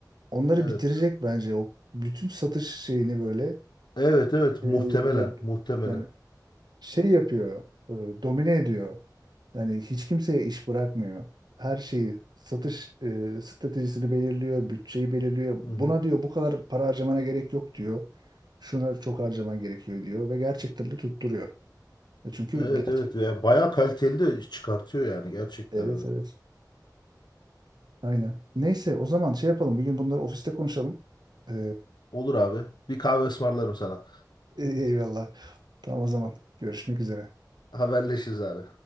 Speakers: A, on the right; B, on the left.
A: Onları bitirecek
B: Evet.
A: bence o bütün satış şeyini böyle.
B: Evet evet
A: E,
B: muhtemelen
A: yani
B: muhtemelen.
A: yani şey yapıyor, e, domine ediyor. Yani hiç kimseye iş bırakmıyor. Her şeyi satış e, stratejisini belirliyor, bütçeyi belirliyor.
B: Hı
A: Buna
B: hı.
A: diyor bu kadar para harcamana gerek yok diyor. Şuna çok harcaman gerekiyor diyor ve gerçekten de tutturuyor. E Çünkü
B: Evet
A: gerçek.
B: evet ya bayağı kaliteli de iş çıkartıyor yani gerçekten
A: Evet
B: abi.
A: evet. Aynen. Neyse o zaman şey yapalım. Bir gün bunları ofiste konuşalım. Ee,
B: Olur abi. Bir kahve ısmarlarım sana.
A: <laughs> eyvallah. Tamam o zaman. Görüşmek üzere.
B: Haberleşiriz abi.